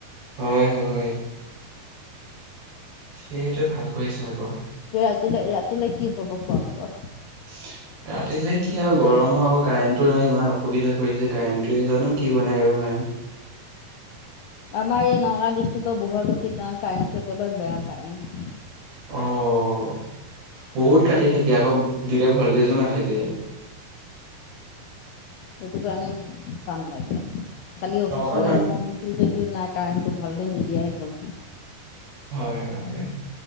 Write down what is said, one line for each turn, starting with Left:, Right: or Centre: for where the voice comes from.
Right: হয়, হয় সেইটোৱে ভাল কৰিছে আকৌ
Left: ৰাতিলে ৰাতিলে কি হব খোৱা? প
Right: উ, ৰাতিলে কি আৰু, গৰমো আকৌ কাৰেণ্টটো নাই ইমান অসুবিধা কৰিছে কাৰেণ্টোৱয়ে জানো কি বনাই আৰু মায়ে
Left: আমাৰ এই নগাঁও ডিষ্ট্ৰিক্টৰ বুুৱা ভেটি গাঁৱত কাৰেণ্টটো, একেবাৰে বেয়া কাৰেণ্ট
Right: অ', হুত কাটি থাকে আকৌ দিলে ভল্টেজো নাথাকে
Left: সেইটো কাৰণে টান লাগে। খালি অফিচৰ
Right: নগাঁও টাউন
Left: মানুহ আহি যদিও নাই, কাৰেণ্টটো ভালদৰে নিদিয়াই হ'ল।
Right: হয় হয় হয়।